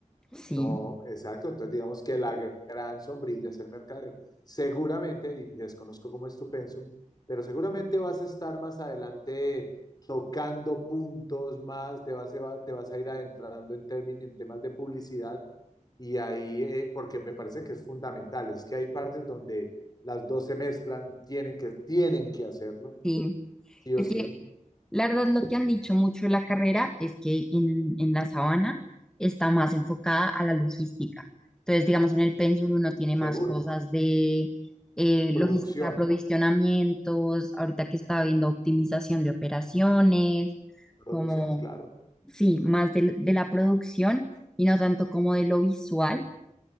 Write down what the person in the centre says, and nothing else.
sí,
sí.
Es
que la verdad lo que han dicho mucho de la carrera es que en, en la sabana está más enfocada a la logística. Entonces, digamos, en el pénsul uno tiene
más cosas de eh, logística
de aprovisionamientos, ahorita que estaba viendo optimización de operaciones,
como
sí, más del- de, la producción y no tanto como de lo visual,